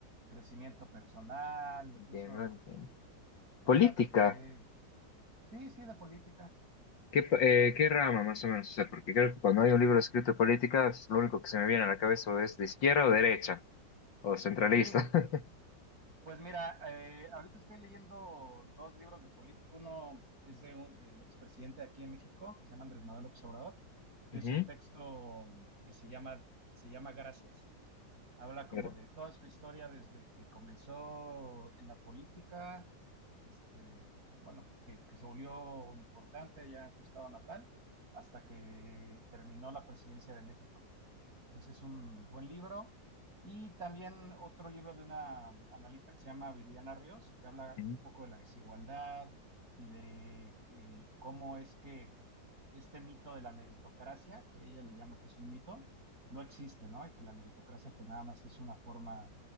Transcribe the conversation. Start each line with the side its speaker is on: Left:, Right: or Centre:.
Right: crecimiento personal, incluso,
Left: Entiendo, entiendo.
Right: o
Left: Política.
Right: sea, de, sí, sí, de política.
Left: ¿Qué, pa- eh, qué rama más o menos? O sea, porque creo que cuando hay un libro escrito de política, es lo único que se me viene a la cabeza o es de izquierda o derecha, o centralista.
Right: Sí,
Left: <laughs>
Right: pues mira, eh, ahorita estoy leyendo dos libros de política. Uno es de un, del expresidente de aquí en México, que se llama Andrés Manuel López Obrador, que
Left: Ujú,
Right: es un texto que se llama, se llama Gracias. habla como
Left: ¿verdad?
Right: de toda su historia desde que comenzó en la política, este, bueno, que, que se volvió importante allá en su estado natal, hasta que terminó la presidencia de México. Entonces es un buen libro. Y también otro libro de una analista que se llama Viridiana Ríos, que habla
Left: Ujú.
Right: un poco de la desigualdad y de eh, cómo es que este mito de la meritocracia, que ella le llama que es un mito, no existe, ¿no? Y que la meritocracia pues nada más es una forma,